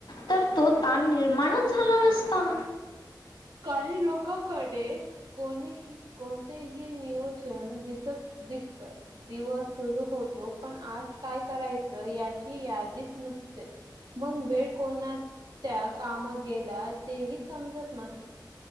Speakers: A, on the left; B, on the right.
A: तर तो ताण निर्माणच झाला नसता.
B: काही लोकांकडे कोणीही कोणतेही नियोजन दिसत दिसत. दिवस सुरू होतो. पण आज काय करायचं याची यादीच नसते. मग वेळ कोणा त्या कामात गेला तेही समजत नाही.